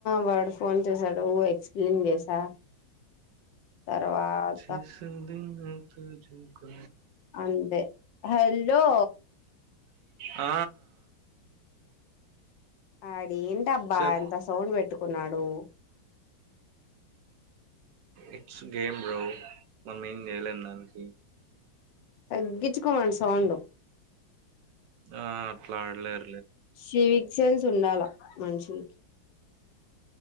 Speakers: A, on the left (about 70°); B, on the right (about 70°).
A: వాడ్ ఫోన్ చేసాడు ఎక్స్ప్లెయిన్ చేసా తర్వాత
B: చేసేదిన తుజుకో.
A: అంతే హలో
B: ఆ
A: ఆడెంటబ్బా
B: చెప్
A: అంత సౌండ్ పెట్టుకున్నాడు
B: ఇట్స్ గేమ్ బో మనం ఏం చేయలేం దానికి
A: తగ్గించుకోమను సౌండు
B: ఆ అట్లా ఆడలేర్
A: శివిక్సేన్స్ ఉండాలా మనుషులకి